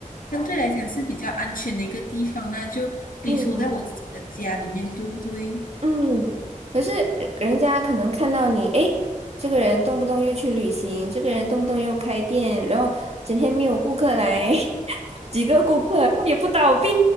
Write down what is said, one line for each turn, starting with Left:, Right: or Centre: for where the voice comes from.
Left: 相对来讲是比较安全的一个地方啦，就比如说在我自己的家里面，
Right: 嗯
Left: 对不对？
Right: 嗯，可是人人家可能看到你，诶，这个人动不动又去旅行，这个人动不动又开店，然后整天没有顾客来，<laughs> 几个顾客，他也不倒闭，